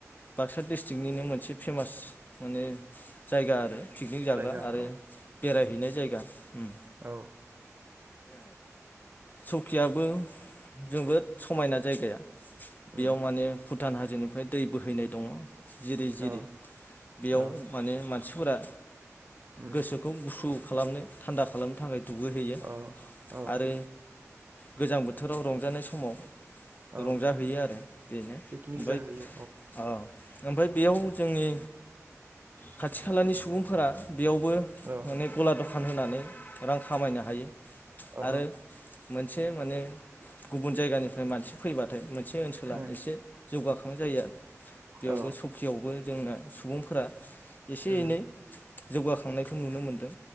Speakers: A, on the left; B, on the right.
A: बाक्सा डिस्ट्रिकनिनो मोनसे फेमास माने जायगा आरो पिकनिक जाग्रा
B: जायगा
A: आरो
B: औ
A: बेरायहै बिनाय जायगा ओम
B: औ
A: सौकियाबो जोबोद समायना जायगाया बेयाव
B: उम
A: माने भुटान हाज जोंनिफ्राय दै बोहैनाय दङ जिरै जिरि
B: औ
A: बेयाव
B: औ
A: माने मानसि फुरा
B: उम
A: गोसोखौ गुसु खालामनो थान्दा खालामनो थाखाय दुगैहैयो
B: औ औ
A: आरो गोजां बोथोराव रंज रुजानाय समाव
B: औ
A: रंजाहैयो आरो बेनो
B: पिकनिक
A: ओमफ्राय
B: जाहैयो
A: औ ओमफ्राय बेयाव जोंनि खाथि खालानि फोरा बेयावबो
B: औ
A: माने गला दखान होनानै रां खामायनो हायो।
B: औ
A: आरो मोनसे माने गुबुन जायगानिफ्राय मानसि फैबाथाय मोन से ओनसोला
B: उम
A: एसे जौगाखां थां जायो आरो बेयावबो
B: औ
A: सखियावबो जोंना सुबुंफोरा एसे
B: उम
A: एनै जौगाखांनायखौ नुनो मोनदों